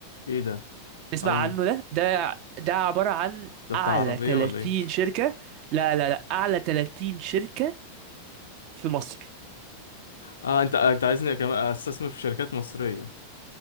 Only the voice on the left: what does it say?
ايه ده
اول
م-
ده بتاع
عربية
ولا ايه
اه انت انت عايزني كمان استثمر في شركات مصرية